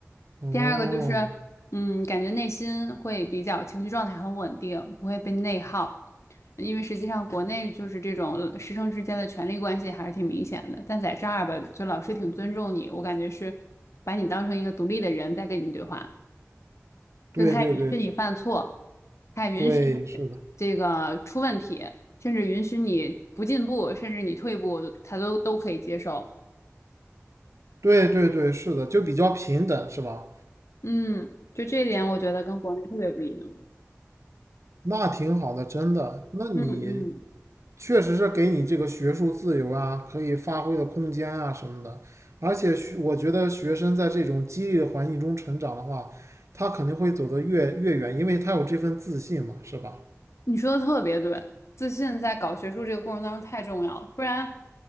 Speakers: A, on the right; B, on the left.
A: 哦，
B: 第二个就是，嗯，感觉内心会比较情绪状态很稳定，不会被内耗。因为实际上国内就是这种师生之间的权力关系还是挺明显的，但在这儿吧，就老师挺尊重你，我感觉是把你当成一个独立的人在跟你对话。
A: 对对对
B: 就他也允许你犯错，他也允许你
A: 对，是的，
B: 这个出问题，甚至允许你不进步，甚至你退步，他都都可以接受。
A: 对对对，是的，就比较平等，是吧？
B: 嗯，就这一点，我觉得跟国内特别不一样。
A: 那挺好的，真的。那你
B: 嗯嗯。
A: 确实是给你这个学术自由啊，可以发挥的空间啊什么的。而且我觉得学生在这种激励的环境中成长的话，他肯定会走得越越远，因为他有这份自信嘛，是吧？
B: 你说的特别对，自信在搞学术这个过程当中太重要了，不然